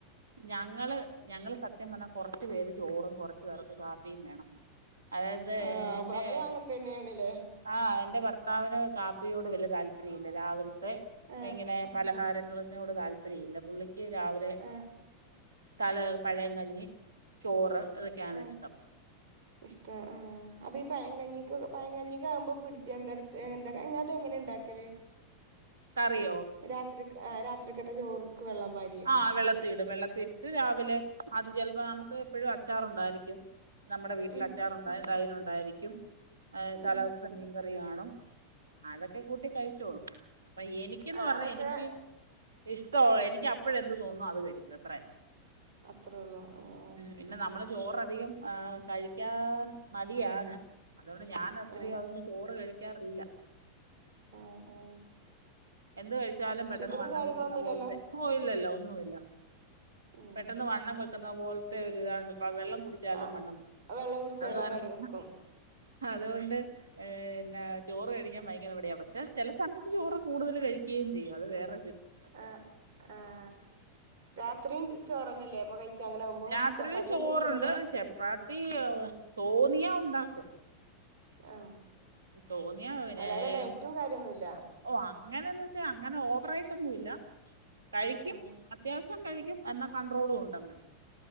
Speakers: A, on the right (about 70°); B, on the right (about 50°).
A: ഞങ്ങള് ഞങ്ങള് സത്യം പറഞ്ഞാൽ കെറച്ചു പേര് ചോറും കെറച്ചു പേർക്ക് കാപ്പിയും വേണം. അതായത്
B: ഏഹ്
A: എന്റെ
B: അപ്പൊ അതും അങ്ങനെ തന്നെയണല്ലേ?
A: ആഹ് എന്റെ ഭർത്താവിന് കാപ്പിയോട് വലിയ താല്പര്യം ഇില്ല രാവിലത്തെ
B: ആ
A: ഇങ്ങനെ പലഹാരങ്ങളനോട് താല്പര്യ ഇല്ല പുള്ളിക്ക് രാവിലെ
B: ആ
A: തല പഴങ്കഞ്ഞി ചോറ് ഇതൊക്കെയാണ്
B: ആഹ്
A: ഇഷ്ടം
B: ഇഷ്ട ആഹ് അപ്പൊ പയം കഞ്ഞിക്ക്- പനകഞ്ഞിക്ക ആമ്പോ എന്തടുത്ത് എന്തത് എങ്ങനെ ഉണ്ടാക്കല്-
A: കറിയോ
B: രാത്രി രാത്രിക്കത്തെ ചോർക്ക് വെള്ളം പര്
A: ആഹ് വെള്ളത്തിടും വെള്ളത്തി ഇട്ടിട്ട് രാവിലെ അത് ചിലപ്പോ നമുക്ക് എപ്പഴും അച്ചാറുണ്ടായിരിക്കും നമ്മുടെ വീട്ടിൽ
B: ഉം
A: അച്ചാറുണ്ടായി ധൈര്ം ഉണ്ടായിരിക്കും തലസ്തേ
B: ഉം
A: മീൻകറി കാണും അതൊക്കെ കൂട്ടി കഴിച്ചോളും. അപ്പൊ എനിക്കന്ന്
B: ആഹ്
A: പറഞ്ഞാ
B: അതൊക്കെ
A: എനിക്ക് ഇഷ്ടള്ള എനിക്ക് ഇപ്പോഴ എന്ത് തോന്നുന്നു അത് കഴിക്കും അത്ര തന്നെ
B: അത്രേയള്ളൂ ഏഹ്
A: പിന്നെ നമ്മള് ചോറധികം ആഹ് കഴിക്കാൻ മടിയാണ് അതുകൊണ്ട് ഞാൻ അത്രരിയും
B: ആഹ്
A: അതുകൊണ്ട് ചോട് കഴിക്കാറില്ല.
B: ആഹ് ആഹ്
A: എന്ത് കഴിച്ചാലും പെട്ടെന്ന്
B: ഷുഗറും
A: വണ്ണം
B: കാര്യങ്ങളൊന്നും
A: പെറ്റുന്ന
B: ഇല്ലല്ലോ
A: പോലത്തെ ഓഹ് ഇല്ലല്ല ഒന്നുമല്ല.
B: ഉം
A: പെട്ടെന്ന് വണ്ണം വെക്കുന്ന പോലത്തെ ഒരു ഇതാണ്ട് വെള്ളം കുടി ച്ചാലും
B: ആഹ്
A: വണ്ണം വെക്കും
B: വെള്ളം കുടിച്ചാലും
A: അത് കാരണം
B: തടി വെക്കും
A: അതുകൊണ്ട് ്ന്ന ചോറ് കേഴിക്കാൻ വൈിക്കുന്ന എവിടെയാ പക്ഷെ ചില സമയത്ത് ചോറ് കൂടുതൽ കഴിക്കുകയും ചെയ്യും അത് വേറൊരു വശം
B: ആഹ് ആഹ് രാത്രിയും ചോറന്നല്ലേ അപ്പൊ കഴിക്കാ അങ്ങനെ ആകുമ്പോ
A: രാത്രിയില്
B: ചപ്പാത്തി
A: ചോറുണ്ട്
B: ഒന്നും കഴിക്കൂലല്ലോ.
A: ചപ്പാത്തി.. ത്തി തോന്നിയാ ഉണ്ടാക്കും.
B: ആഹ്
A: തോന്നിയാ
B: അല്ലാതെ ഡയറ്റും കാര്യമൊന്നുല്ല?
A: ഓ അങ്ങനെന്ന് വെച്ചാ അങ്ങനെ ഓവറയിട്ടൊന്നുല്ല കഴിക്കും
B: ആഹ്
A: അത്യാവശ്യം കഴിക്കും എന്ന കൺട്രോളും ഉണ്ട് അങ്ങനെ.